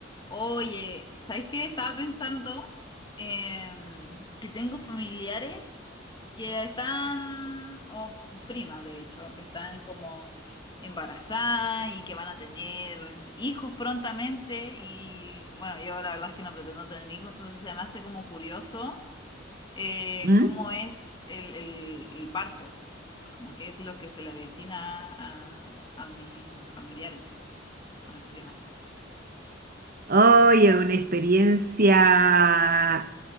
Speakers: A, on the left; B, on the right.
A: Oye, ¿sabes qué? Estaba pensando em, que tengo familiares que están, o primas de hecho, que están como embarazadas y que van a tener hijos prontamente. Y bueno, yo la verdad es que no pretendo tener hijos, entonces se me hace como curioso eh,
B: ¿Mm?
A: cómo es el, el- el parto, como que es lo que se le avecina a, a mis familiares, a mis primas.
B: Oye, una experiencia